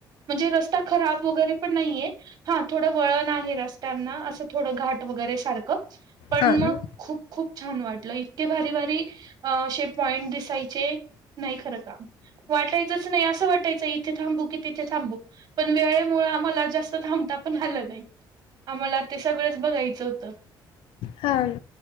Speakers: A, on the right (about 55°); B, on the left (about 90°).
A: म्हणजे रस्ता खराब वगैरे पण नाहीये. हा थोडं वळण आहे रस्त्यांना असं थोडं घाट वगैरे सारख. पण
B: हा ना
A: मग खूप खूप छान वाटलं इतके भारी भारी असे पॉइंट दिसायचे नाही खरं का? वाटायच नाही अस वाटयचं इथे थांब. की तिथे थांबू पण वेळेमुळे आ मला जास्त थांबता पण आलं नाही. आम्हाला ते सगळंच बघायचं होतं.
B: हा